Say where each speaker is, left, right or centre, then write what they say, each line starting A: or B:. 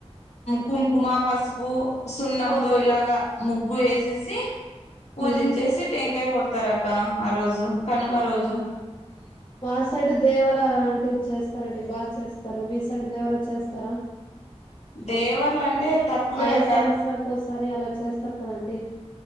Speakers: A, on the left; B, on the left.
A: కుంకుమ పసుపు సున్నంతో
B: అవును
A: ఇలాగా ముగ్గు వేసి చేసి పూజించేసి
B: హ్మ్
A: టెంకాయ కొడతారు అక్క ఇకా ఆ రోజు కనుమ
B: అవును
A: రోజు
B: మా సైడ్ దేవరా లాంటివి చేస్తారంండి బాగా చేస్తారు మీసం దేవరా చేస్తారా
A: దేవర్లు అంటే తక్కువే
B: ఐదు
A: అక్క
B: సంవత్సరాలకు ఒకసారి అలా చేస్తారు కదాండి